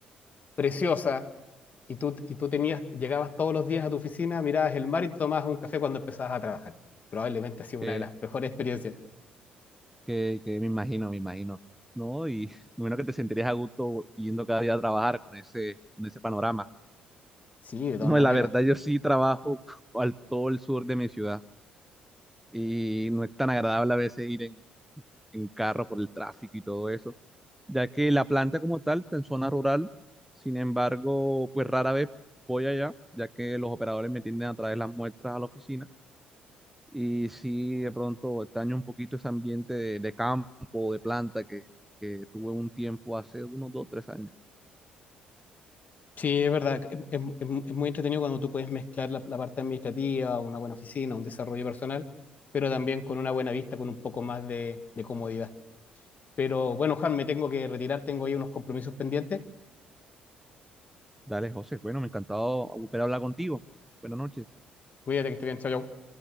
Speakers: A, on the left; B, in the centre.
A: preciosa, y tú, y tú tenías, llegabas todos los días a tu oficina, mirabas el mar y tomabas un café cuando empezabas a trabajar. Probablemente ha sido
B: Que,
A: una de las mejores experiencias.
B: que, que me imagino, me imagino, ¿no? Y <laughs> bueno, que te sentirías a gusto yendo cada día a trabajar con ese, con ese panorama.
A: Sí, de todas
B: No,
A: maneras.
B: la verdad, yo sí trabajo <laughs> al todo el sur de mi ciudad. y no es tan agradable a veces ir en, en carro por el tráfico y todo eso, ya que la planta como tal está en zona rural, sin embargo, pues rara vez voy allá, ya que los operadores me tienden a traer las muestras a la oficina y sí, de pronto extraño un poquito ese ambiente de, de campo, de planta que, que tuve un tiempo hace unos dos, tres años.
A: Sí, es verdad. Es, es- es muy entretenido cuando tú puedes mezclar la, la parte administrativa, una buena oficina, un desarrollo personal, pero también con una buena vista, con un poco más de de comodidad. Pero bueno, Juan, me tengo que retirar, tengo ahí unos compromisos pendientes.
B: Dale, José, bueno, me ha encantado volver a hablar contigo. Buenas noches.
A: Cuídate que esté bien, chao, chao.